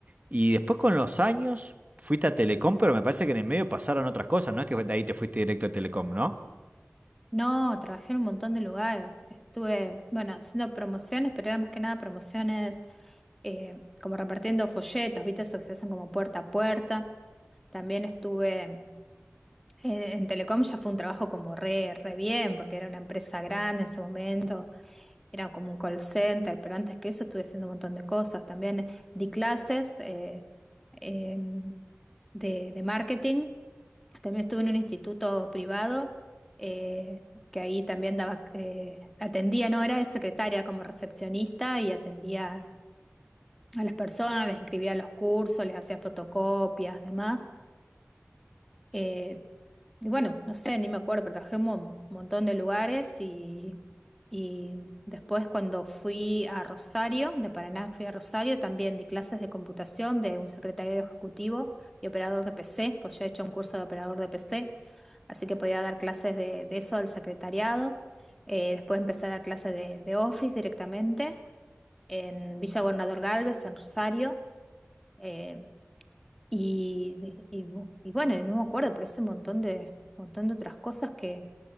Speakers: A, on the right; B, in the centre.
A: Y después con los años fuiste a Telecom, pero me parece que en el medio pasaron otras cosas, no es que de ahí te fuiste directo a Telecom, ¿no?
B: No, trabajé en un montón de lugares. Estuve, bueno, haciendo promociones, pero era más que nada promociones eh, como repartiendo folletos, ¿viste? Eso que se hacen como puerta a puerta. También estuve eh, en Telecom, ya fue un trabajo como re, re bien, porque era una empresa grande en ese momento, era como un call center, pero antes que eso estuve haciendo un montón de cosas. También di clases eh, eh, de, de marketing también estuve en un instituto privado, eh, que ahí también daba, eh, atendía, no era de secretaria, como recepcionista y atendía a las personas, les inscribía a los cursos, les hacía fotocopias, demás. Eh, y bueno, no sé, ni me acuerdo, pero trabajé en un montón de lugares y, y después cuando fui a Rosario, de Paraná fui a Rosario, también di clases de computación de un secretario ejecutivo y operador de PC, pues yo he hecho un curso de operador de PC así que podía dar clases de, de eso, del secretariado. Eh, después empecé a dar clases de, de Office directamente en Villa Gobernador Galvez, en Rosario. eh, y, y- y bueno, y no me acuerdo, pero hice un montón de, montón de otras cosas que,